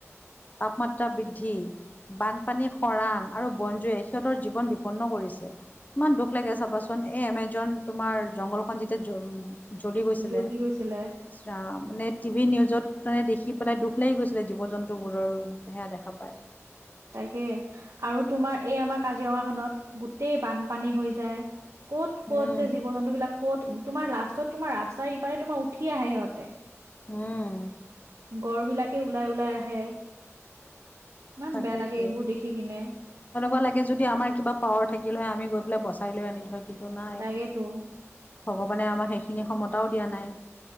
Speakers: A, on the left; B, on the right.
A: তাপমাত্ৰা বৃদ্ধি বানপানী খৰাং আৰু বনজুৱে সিহঁতৰ জীৱন বিপন্ন কৰিছে। ইমান দুখ লাগে চাবাচোন এই এমেজন তোমাৰ জংঘলখন যেতিয়া উ জ্বলি গৈছিলে
B: যোগী কৈছিলে
A: ইছ ৰাম মানে টিভি নিউজত মানে দেখি পেলাই দুখ লাগি গৈছিলে জীৱ জন্তু বোৰৰ সেয়া দেখা পায়।
B: তাকে আৰু তোমাৰ এই আমাৰ কাজিৰঙা খনত গোটেই বানপানী হৈ যায়। ক'ত
A: উম,
B: ক'ত যে জীৱ জন্তুবলাক ক'ত তোমাৰ লাষ্টত তোমাৰ ৰাস্তাৰ ইপাৰে তোমাৰ উঠি আহে সিহঁতে।
A: উম,
B: গড়বিলাকে ওলাই ওলাই আহে। ইমান
A: তাকেতো।
B: বেয়া। লাগে
A: এনেকুৱা
B: এইবোৰ দেখি কিনে
A: লাগে যদি আমাৰ কিবা পাৱাৰ থাকিল হয় আমি গৈ পেলাই বচাই লৈ আনিলো হয়। কিন্তু নাই।
B: তাকেতো।
A: ভগৱানে আমাৰ সেইখিনি ক্ষমতাও দিয়া নাই।